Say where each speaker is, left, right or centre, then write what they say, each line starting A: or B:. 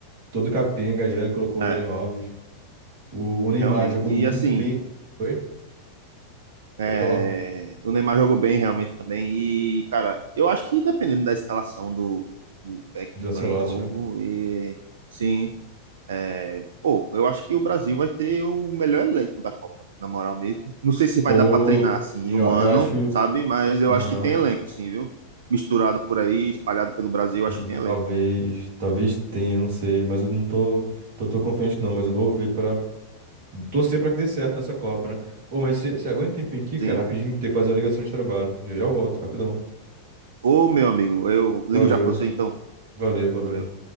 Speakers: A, on the right (about 45°); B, on the right (about 60°).
A: todo capenga, já ele colocou
B: É,
A: o Daniel Alves. O, o Neymar
B: realmente.
A: jogou muito
B: E assim,
A: bem. Foi?
B: é,
A: Foi falar.
B: o Neymar jogou bem realmente também. E, cara, eu acho que dependendo da escalação do, do técnico
A: Do Ancelotti,
B: aí novo,
A: né?
B: e, sim. É, pô, eu acho que o Brasil vai ter o melhor elenco da Copa, na moral mesmo. Não sei se vai
A: Pô,
B: dar pra treinar assim
A: eu,
B: em um ano,
A: eu acho.
B: sabe? Mas eu
A: Aham.
B: acho que tem elenco, sim, viu? Misturado por aí, espalhado pelo Brasil,
A: Hum,
B: eu acho que tem elenco,
A: talvez, talvez tenha, não sei, mas eu não tô, tô, tô confiante não, mas eu vou ver para torcer para que dê certo nessa Copa, né? Ô, mas você aguenta um tempinho aqui, cara,
B: sim.
A: rapidinho, tem que fazer a ligação de trabalho. Já já eu volto, rapidão.
B: Ô, meu amigo, eu ligo
A: Valeu,
B: já pra você então.
A: valeu, valeu.
B: Valeu.